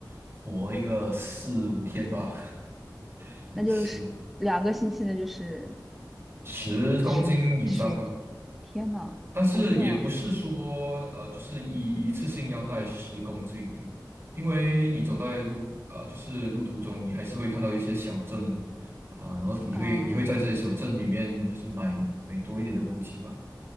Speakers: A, on the right (about 35°); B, in the centre.
A: 活一个四五天吧，<laughs>
B: 那就是两个星期呢，
A: 十
B: 就是
A: 十公斤以上吧。
B: 十十，天呐，
A: 但是也不是说呃，
B: 好重啊！
A: 就是一一次性要带十公斤，因为你走在路呃，就是路途中，你还是会看到一些小镇啊，然后你会你会在这些小镇里面就是买买多一点的补给吧。
B: 啊，